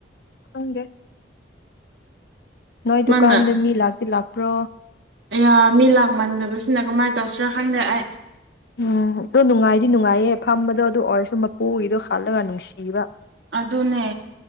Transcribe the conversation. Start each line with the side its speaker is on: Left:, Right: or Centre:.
Left: ꯈꯪꯗꯦ ꯅꯣꯏ ꯗꯨꯀꯥꯟꯗ
Right: ꯃꯥꯅ
Left: ꯃꯤ ꯂꯥꯛꯇꯤ ꯂꯥꯛꯄ꯭ꯔꯣ
Right: ꯑꯌꯥ ꯃꯤ ꯂꯥꯛꯃꯟꯗꯕꯁꯤꯅ ꯀꯃꯥꯏꯅ ꯇꯧꯁꯤꯔꯥ ꯈꯪꯗꯦ ꯑꯩ
Left: ꯎꯝ ꯑꯗꯣ ꯅꯨꯡꯉꯥꯏꯗꯤ ꯅꯨꯡꯉꯥꯏꯌꯦ ꯐꯝꯕꯗꯣ ꯑꯗꯨ ꯑꯣꯏꯔꯁꯨ ꯃꯄꯨꯒꯤꯗꯣ ꯍꯜꯂꯒ ꯅꯨꯡꯁꯤꯕ
Right: ꯑꯗꯨꯅꯦ